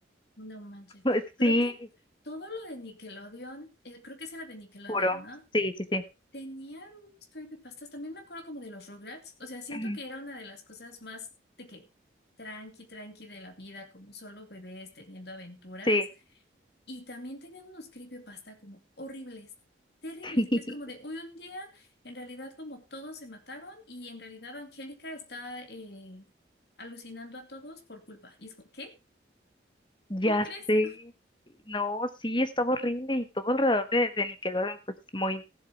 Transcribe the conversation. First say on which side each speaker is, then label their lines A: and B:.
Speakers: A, on the left; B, on the left.
A: no manches.
B: <laughs>
A: Creo
B: Sí,
A: que todo lo de Nickelodeon, eh, creo que ese era de Nickelodeon,
B: juro.
A: ¿no?
B: Sí, sí, sí.
A: Tenía unos creepypastas También me acuerdo como de los Rugrats. O sea, siento
B: Ujú,
A: que era una de las cosas más de que tranqui, tranqui de la vida, como solo bebés teniendo aventuras.
B: Sí,
A: Y también tenían unos creepypasta como horribles, terribles,
B: <laughs>
A: que es como de, uy, un día en realidad como todos se mataron y en realidad Angélica está eh, alucinando a todos por culpa. Y es como, ¿qué?
B: ya
A: ¿Cómo crees?
B: sé. No, sí, estaba horrible y todo alrededor de, de Nickelodeon, pues muy,